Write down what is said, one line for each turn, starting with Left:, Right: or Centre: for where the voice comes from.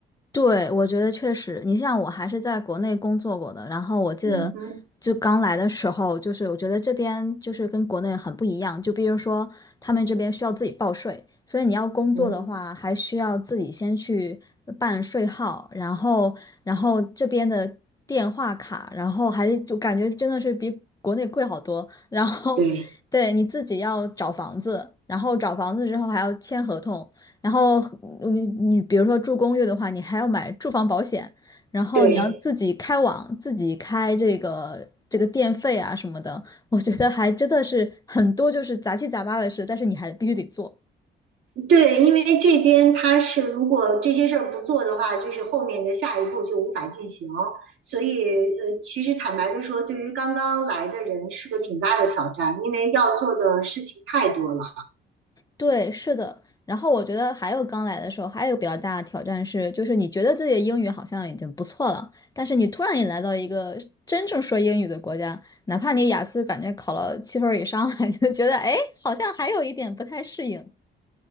Left: 对，我觉得确实，你像我还是在国内工作过的，然后我记得就刚来的时候，
Right: 嗯哼，
Left: 就是我觉得这边就是跟国内很不一样，就比如说他们这边需要自己报税，所以你要工作的话，
Right: 嗯哼，
Left: 还需要自己先去办税号，然后然后这边的电话卡，然后还就感觉真的是比国内贵好多，然后对你自己要找房子，
Right: 对
Left: 然后找房子之后还要签合同。然后你你比如说住公寓的话，你还要买住房保险，然后你要自己开网，
Right: 对。
Left: 自己开这个这个电费啊什么的，我觉得还真的是很多就是杂七杂八的事，但是你还必须得做。
Right: 对，因为这边他是如果这些事儿不做的话，就是后面的下一步就无法进行，所以呃，其实坦白的说，对于刚刚来的人是个挺大的挑战，因为要做的事情太多了。
Left: 对，是的。然后我觉得还有刚来的时候，还有比较大的挑战是，就是你觉得自己的英语好像已经不错了，但是你突然也来到一个真正说英语的国家，哪怕你雅思感觉考了七分儿以上了，你就觉得哎，好像还有一点不太适应。